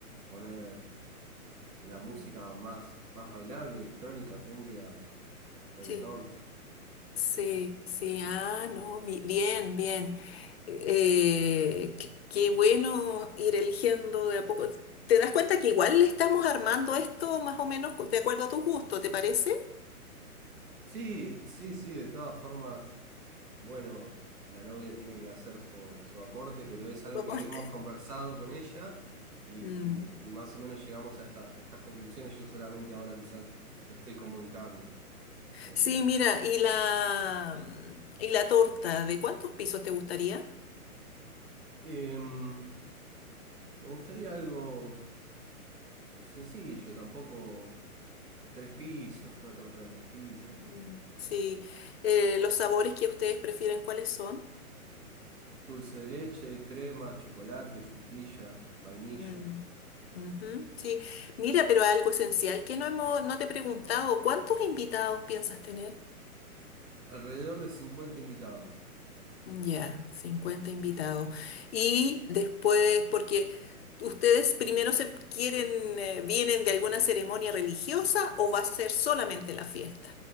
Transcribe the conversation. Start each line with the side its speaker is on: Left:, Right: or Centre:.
Right: poner la música
Left: Mm.
Right: más, más bailable, electrónica, cumbia, reggaetón.
Left: Sí.
Right: Eh,
Left: Sí, sí, ah, no, bi- bien, bien. Eh, qué, qué bueno ir eligiendo de a poco. ¿Te das cuenta que igual le estamos armando esto más o menos co- de acuerdo a tus gustos, ¿te parece?
Right: Sí, sí, sí, de todas formas. Bueno, la novia tiene que hacer su, su aporte, pero es algo
Left: Tu aporte.
Right: que hemos conversado
Left: <laughs>
Right: con ella y,
Left: Mm.
Right: y- y más o menos llegamos a, esta- a estas conclusiones. Yo solamente ahora quizás lo estoy comunicando. Eh,
Left: Sí, mira, y la, y la torta, ¿de cuántos pisos te gustaría?
Right: em, me gustaría algo sencillo, tampoco t- tres pisos, una torta de tres pisos.
Left: Mm. Sí, eh, los sabores que ustedes prefieren, ¿cuáles son?
Right: Dulce de leche, crema, chocolate, frutilla, vainilla.
Left: Mm, ujú, Sí, mira, pero algo esencial que no hemos, no te he preguntado, ¿cuántos invitados piensas tener?
Right: Alrededor de 50 invitados.
Left: Ya, 50 invitados. Y después, porque ustedes primero se quieren, eh, vienen de alguna ceremonia religiosa o va a ser solamente la fiesta.